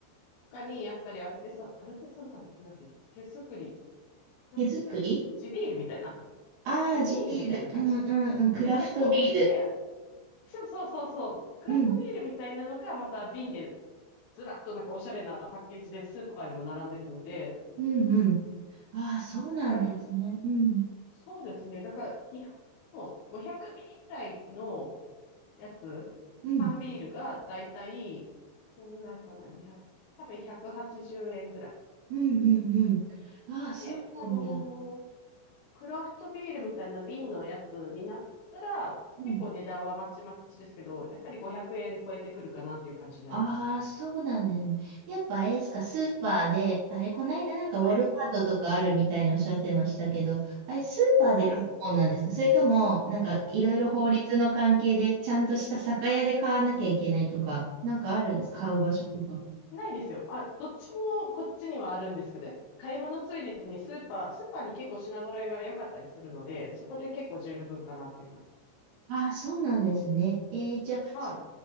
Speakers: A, on the left; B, on the right.
A: 他にやっぱりアルテサ、アルテサナルってなんていうの手作り、なんていうんですかね。
B: 手作り
A: 地ビールみたいな
B: ああー、
A: 地ビールみたいな感じ。
B: 地ビール。うんうんうん。クラフトビール。
A: そうそう。で、そうそうそうそう。クラフトビールみたいなのがまた瓶で
B: うん。
A: ずらっとなんかおしゃれなパッケージでスーパーにも並んでるので、
B: うんうん。ああ、そうなんですね。
A: だから、
B: うん。
A: そうですね。だから、日本の500ミリくらいのやつ、
B: うん。
A: 缶ビールがだいたい、どのぐらいかな、2 0多分180円ぐら
B: うんうんうん。ああ、そうなんだ。
A: い。で、その、クラフトビールみたいな瓶のやつになったら、
B: うん
A: 結構値段はまちまちですけど、やっぱり500円超えてくるかなっていう感じになりますね。
B: ああ、そうなんですね。やっぱあれですか、スーパーで、
A: うんうん
B: あれ、こないだなんかウォルマートとかあるみたいにおっしゃってましたけど、
A: はい。
B: あれ、スーパーで買うもんなんですかそれとも、
A: はい。
B: なんかいろいろ法律の関係で、
A: うん。
B: ちゃんとした酒屋で買わなきゃいけないとか、なんかあるんです買う場所とか。
A: ないですよ。あ、どっちもこっちにはあるんですけどね、買い物ついでにスーパー、スーパーに結構品揃えが良かったりするので、そこで結構十分かなっていう感じです。
B: ああ、そうなんですね。えー、じゃあ、
A: はい。
B: そ